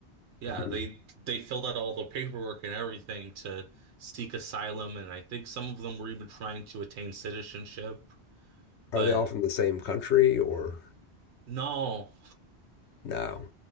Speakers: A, on the right; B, on the left.
A: Yeah,
B: Hmm.
A: they they filled out all the paperwork and everything to seek asylum, and I think some of them were even trying to attain citizenship.
B: Are
A: But
B: they all from the same country or
A: no,
B: no?